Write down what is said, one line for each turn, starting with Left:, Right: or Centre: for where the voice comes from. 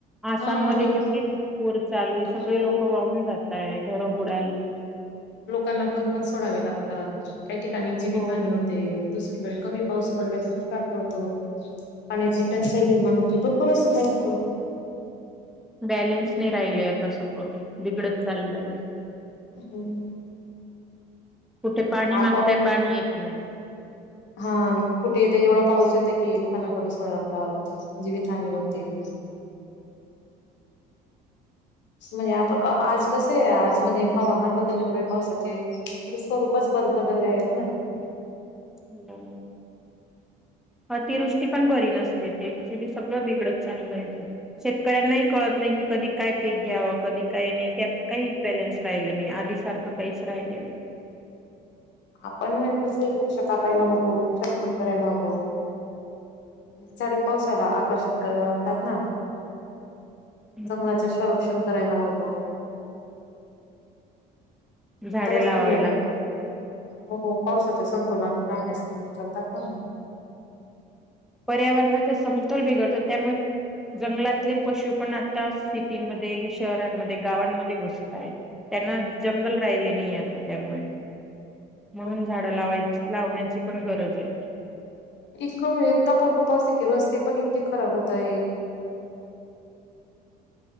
Centre: आसाममध्येध्ये
Left: हा आणि
Centre: केवढी पूर चालू सगळे
Left: हो
Centre: लोक वाहून जातय घरं बुडाली.
Left: लोकांना घर पण सोडावे लागतात काही ठिकाणी जीवित
Centre: हो
Left: हानी होते. ते दुसरीकडे कमी पाऊस पडला दुष्काळ पडतो. पाण्याची टंचाई निर्माण होते भरपूर असं काय होतं.
Centre: बॅलेन्स नाही राहिलय आता सगळं बिघडत चाललंय.
Left: हम्म
Centre: कुठे पाणी मागताय
Left: आपण,
Centre: पाणी येत नाही
Left: हा कुठे येत एवढा पाऊस येत की लोकांना घर सोड लागतात जीवितहानी होते. म्हणजे आप आज कसं आहे आज म्हणजे हवामान बदलल्यामुळे पावसाचे स्वरूपच ब बदलले आहेत.
Centre: हो. अतिवृष्टी पण बरी नसते ते क्च्युली सगळं बिघडत चाललंय आहे ते. शेतकऱ्यांना कळत नाही की, कधी काय पीक घ्याव कधी काय नाही काही बॅलेन्स राहिलं नाही आधी सारखं काहीच राहिलं नाही.
Left: आपण कसं वृक्ष कापायला नको वृक्षारोपण करायला हवं. सारेच पावसाला आकर्षक करा लागतात ना
Centre: नाही
Left: जंगलाचे संरक्षण करायला हवं
Centre: झाडे
Left: तरच
Centre: लावावी
Left: म दे,
Centre: लागतात
Left: हो पावसाचे संतुलन राहण्यास, मदत करतात ना म
Centre: पर्यावरणाचा समतोल बिघडतो, त्यामुळं जंगलातले पशु पण आता, सिटीमध्ये, शहरांमध्ये, गावांमध्ये घुसतायत. त्यांना जंगल राहिले नाही, आता त्यामुळे म्हणून,
Left: हो.
Centre: झाडं लावायची- लावण्याची पण गरज आहे.
Left: इतका, इतका पडतो पाऊस हे की रस्ते पण इतके खराब होत आहेत.